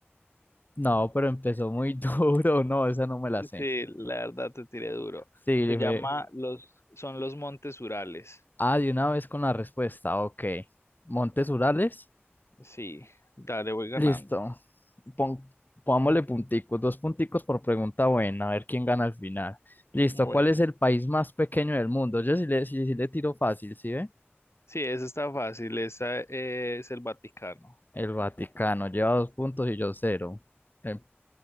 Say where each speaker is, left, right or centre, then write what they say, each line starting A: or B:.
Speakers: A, on the left; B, on the left.
A: No, pero empezó muy <laughs> duro. No, esa no me la sé.
B: Sí, la verdad te tiré duro.
A: Sí, dije.
B: Se llama los, son los Montes Urales.
A: Ah, de una vez con la respuesta. Ok. Montes Urales.
B: Sí, dale, voy ganando.
A: Listo. Pon- pongámosle punticos. Dos punticos por pregunta buena. A ver quién gana al final. Listo.
B: Bueno,
A: ¿Cuál es el país más pequeño del mundo? Yo sí le, sí, sí le tiro fácil, ¿sí ve?
B: sí, eso está fácil. Esa es el Vaticano.
A: El Vaticano. Lleva dos puntos y yo cero. Em,